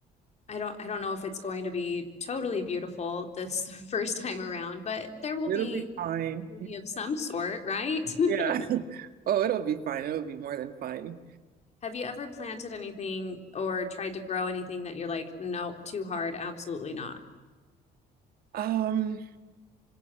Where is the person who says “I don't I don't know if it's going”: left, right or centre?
Left